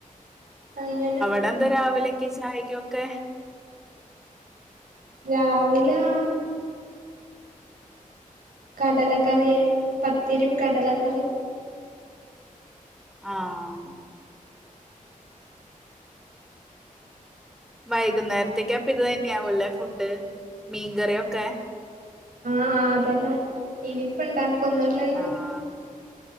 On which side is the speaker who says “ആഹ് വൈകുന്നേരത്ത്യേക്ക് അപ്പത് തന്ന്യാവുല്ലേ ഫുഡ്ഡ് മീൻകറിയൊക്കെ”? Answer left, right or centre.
Centre